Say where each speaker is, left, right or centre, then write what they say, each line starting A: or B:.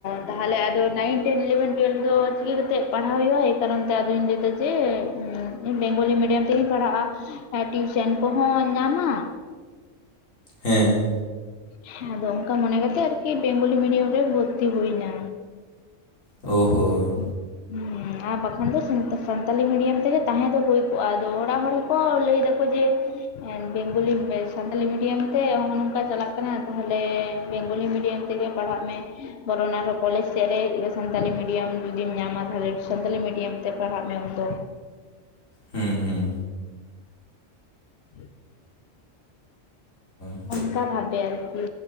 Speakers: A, on the left; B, on the left.
A: ᱛᱟᱦᱚᱞᱮ ᱱᱟᱭᱤᱱ ᱴᱮᱱ ᱤᱞᱮᱵᱷᱮᱱ ᱴᱩᱭᱮᱞᱵᱷ ᱫᱚ ᱪᱤᱠᱟᱹ ᱠᱟᱛᱮᱫ ᱯᱟᱲᱦᱟᱣ ᱦᱩᱭᱩᱜᱼᱟ ᱮᱭ ᱠᱟᱨᱚᱱ ᱛᱮ ᱟᱫᱚᱧ ᱞᱟᱹᱭ ᱡᱮ ᱵᱮᱝᱜᱚᱞᱤ ᱢᱤᱰᱤᱭᱟᱢ ᱛᱮᱧ ᱯᱟᱲᱦᱟᱜᱼᱟ ᱴᱤᱭᱩᱥᱮᱱ ᱠᱚᱦᱚᱧ ᱧᱟᱢ-ᱟ᱾
B: ᱦᱮᱸ
A: ᱦᱮᱸ ᱟᱫᱚ ᱚᱱᱠᱟ ᱢᱚᱱᱮ ᱠᱟᱛᱮᱜ ᱟᱨᱠᱤ ᱵᱮᱝᱜᱚᱞᱤ ᱢᱤᱰᱤᱭᱟᱢ ᱨᱮ ᱵᱷᱚᱨᱛᱤ ᱦᱩᱭᱱᱟ
B: ᱳᱦᱚ
A: ᱦᱩᱸ ᱦᱮ ᱟᱨ ᱵᱟᱠᱷᱟᱱ ᱫᱚ ᱥᱟᱱᱛᱟᱞᱤ ᱢᱤᱰᱤᱭᱟᱢ ᱛᱮᱜᱮ ᱛᱟᱦᱮᱸ ᱫᱚ ᱦᱩᱭ ᱠᱚᱜᱼᱟ ᱟᱫᱚ ᱚᱲᱟᱜ ᱦᱚᱲ ᱦᱚᱸᱠᱚ ᱞᱟᱹᱭ ᱫᱟᱠᱚ ᱡᱮ ᱵᱮᱝᱜᱚᱞᱤ ᱥᱟᱱᱛᱟᱞᱤ ᱢᱤᱰᱤᱭᱟᱢ ᱛᱮ ᱱᱚᱜᱚᱭ ᱱᱚᱝᱠᱟ ᱪᱟᱞᱟᱜ ᱠᱟᱱᱟ ᱠᱟᱱᱟ ᱛᱟᱦᱚᱞᱮ ᱵᱮᱝᱜᱚᱞᱤ ᱢᱤᱰᱤᱭᱟᱢ ᱛᱮᱜᱮ ᱯᱟᱲᱦᱟᱜ ᱢᱮ ᱵᱚᱨᱚᱱ ᱟᱨᱦᱚᱸ ᱠᱚᱞᱮᱡᱽ ᱥᱮᱫ ᱨᱮ ᱥᱟᱱᱛᱟᱞᱤ ᱢᱤᱰᱤᱭᱟᱢ ᱡᱩᱫᱤᱢ ᱧᱟᱢᱟ ᱛᱟᱦᱚᱞᱮ ᱥᱟᱱᱛᱟᱞᱤ ᱢᱤᱰᱤᱭᱟᱢ ᱛᱮ ᱯᱟᱲᱦᱟᱜ ᱢᱮ ᱩᱱ ᱫᱚ
B: ᱦᱩᱸ ᱦᱩᱸ
A: <unintelligible>
B: ᱛ
A: ᱚᱱᱠᱟ ᱵᱷᱟᱵᱮ ᱟᱨᱠᱤ